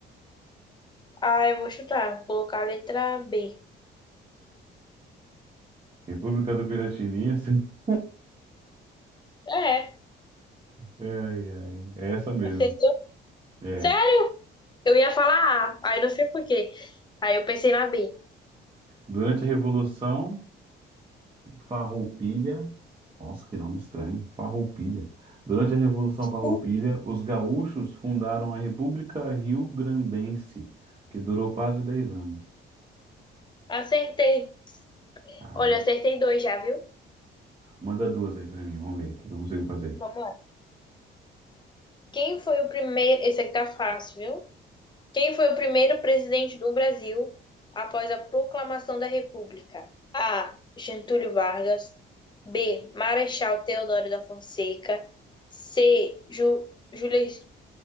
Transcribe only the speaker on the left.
Ah, eu vou chutar. Vou colocar a letra B.
É,
acertou.
Sério? Eu ia falar A, aí não sei por quê. Aí eu pensei na B.
Uh,
Acertei.
Olha, acertei dois já, viu?
Vamos lá. Quem foi o primeiro? Esse aqui tá fácil, viu? Quem foi o primeiro presidente do Brasil após a proclamação da República? A. Getúlio Vargas. B. Marechal Deodoro da Fonseca. C. Ju, Jules-